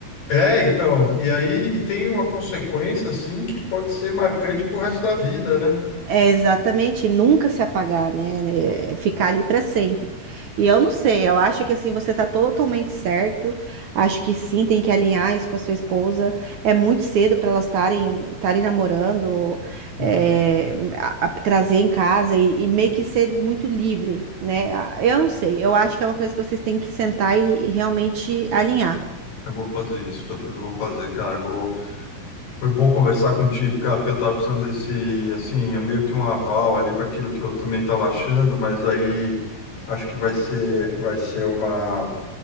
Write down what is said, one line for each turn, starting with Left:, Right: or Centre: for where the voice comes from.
Left: É, então, e aí e tem uma consequência assim que pode ser marcante pro resto da vida, né?
Right: É exatamente, nunca se apagar, né? É Ficar ali para sempre. E eu não sei, eu acho que assim você tá totalmente certo. Acho que sim, tem que alinhar isso com a sua esposa. É muito cedo para elas estarem estarem namorando,
Left: Uhum.
Right: é, a- a- trazer em casa e, e meio que ser muito livre, né? Ah, Eu não sei, eu acho que é uma coisa que vocês têm que sentar e e realmente alinhar.
Left: Eu vou fazer isso, Patrícia, eu vou fazer, cara. Eu vou... Foi bom conversar contigo, cara, porque eu tava precisando desse, assim, é meio que um aval ali para aquilo que eu também estava achando, mas aí acho que vai ser, vai ser uma